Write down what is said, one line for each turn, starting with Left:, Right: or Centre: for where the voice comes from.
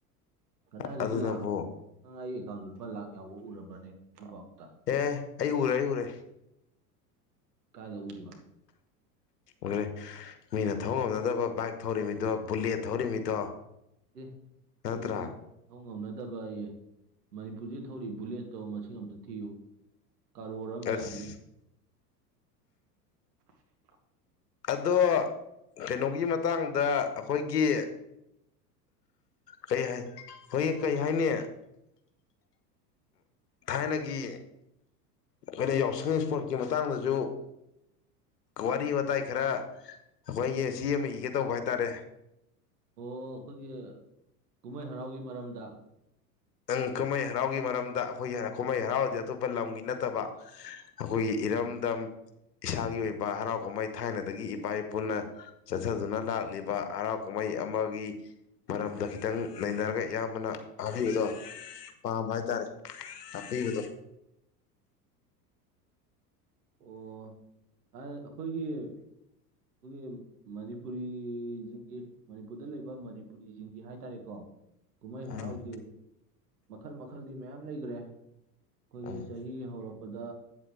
Right: ꯀꯗꯥꯏꯗꯒꯤ
Left: ꯑꯗꯨꯅꯕꯨ
Right: ꯂꯥꯛꯅꯣ ꯅꯪ ꯑꯩ ꯑꯦꯀꯥꯎꯟꯗ ꯂꯨꯄꯥ ꯂꯥꯛ ꯌꯥꯎꯕ ꯎꯔꯕ꯭ꯔꯅꯦ ꯉꯁꯤꯕꯥꯥꯎꯇ
Left: ꯑꯦ ꯑꯩ ꯎꯔꯦ ꯑꯩ ꯎꯔꯦ
Right: ꯀꯥꯏꯗ ꯎꯔꯤꯕ
Left: ꯎꯔꯦ ꯃꯤꯅ ꯊꯧ ꯉꯝꯅꯗꯕ ꯕꯥꯏꯛ ꯊꯧꯔꯤꯃꯤꯗꯣ ꯕꯨꯂꯦꯠ ꯊꯧꯔꯤꯃꯤꯗꯣ
Right: ꯑꯦ
Left: ꯅꯠꯇ꯭ꯔꯥ
Right: ꯏꯕꯨꯡꯉꯣ ꯃꯤ ꯊꯧ ꯉꯝꯅꯗꯕ ꯑꯩꯌꯦ ꯃꯅꯤꯄꯨꯔꯖꯤ ꯊꯧꯔꯤ ꯕꯨꯂꯦꯠꯇꯣ ꯃꯁꯤꯡ ꯑꯝꯇ ꯊꯤꯌꯨ ꯀꯔꯣꯔ ꯑꯃꯌꯥꯗ
Left: ꯑꯁ
Right: ꯂꯩ <unintelligible>
Left: ꯑꯗꯣ ꯀꯩꯅꯣꯒꯤ ꯃꯇꯥꯡꯗ ꯑꯩꯈꯣꯏꯒꯤ ꯀꯩ ꯍꯥꯏ ꯑꯈꯣꯏꯒꯤ ꯀꯩ ꯍꯥꯏꯅꯤ ꯊꯥꯏꯅꯒꯤ ꯑꯩꯈꯣꯏꯅ ꯌꯥꯎꯁꯪ ꯏꯁꯄꯣꯔꯠꯀꯤ ꯃꯇꯥꯡꯗꯁꯨ ꯋꯥꯔꯤ ꯋꯥꯇꯥꯏ ꯈꯔ ꯑꯩꯈꯣꯏꯒꯤ ꯆꯦ ꯑꯃ ꯏꯒꯦ ꯇꯧꯕ ꯍꯥꯏꯇꯥꯔꯦ
Right: ꯑꯣ ꯑꯩꯈꯣꯏꯒꯤ ꯀꯨꯝꯍꯩ ꯍꯔꯥꯎꯒꯤ ꯃꯔꯝꯗ
Left: ꯑꯪ ꯀꯨꯝꯍꯩ ꯍꯔꯥꯎꯒꯤ ꯃꯔꯝꯗ ꯑꯩꯈꯣꯏꯒꯤ ꯀꯨꯝꯍꯩ ꯍꯔꯥꯎꯗꯤ ꯑꯇꯣꯞꯄ ꯂꯝꯒꯤ ꯅꯠꯇꯕ ꯑꯩꯈꯣꯏꯒꯤ ꯏꯔꯝꯗꯝ ꯏꯁꯥꯒꯤ ꯑꯣꯏꯕ ꯍꯔꯥꯎ ꯀꯨꯝꯍꯩ ꯊꯥꯏꯅꯗꯒꯤ ꯏꯄꯥ ꯏꯄꯨꯅ ꯆꯠꯊꯗꯨꯅ ꯂꯥꯛꯂꯤꯕ ꯍꯔꯥꯎ ꯀꯨꯝꯍꯩ ꯑꯃꯒꯤ ꯃꯔꯝꯗ ꯈꯤꯇꯪ ꯅꯩꯅꯔꯒ ꯏꯌꯥꯝꯕꯅ ꯍꯥꯏꯕꯤꯕꯗꯣ ꯄꯥꯝꯕ ꯍꯥꯏꯇꯥꯔꯦ ꯇꯥꯛꯄꯤꯕꯗꯣ
Right: ꯑꯣ ꯑꯩꯈꯣꯏꯒꯤ ꯑꯩꯈꯣꯏꯒꯤ ꯃꯅꯤꯄꯨꯔꯤꯁꯤꯡꯒꯤ ꯃꯅꯤꯄꯨꯔꯗ ꯂꯩꯕ ꯃꯅꯤꯄꯨꯔꯤꯁꯤꯡꯒꯤ ꯍꯥꯏꯇꯥꯔꯦꯀꯣ ꯀꯨꯝꯍꯩ
Left: ꯎꯝ
Right: ꯍꯔꯥꯎꯖꯦ ꯃꯈꯜ ꯃꯈꯜꯗꯤ ꯃꯌꯥꯝ ꯂꯩꯈ꯭ꯔꯦ ꯑꯩꯈꯣꯏꯒꯤ
Left: ꯎꯝ
Right: ꯆꯍꯤ ꯍꯧꯔꯛꯄꯗ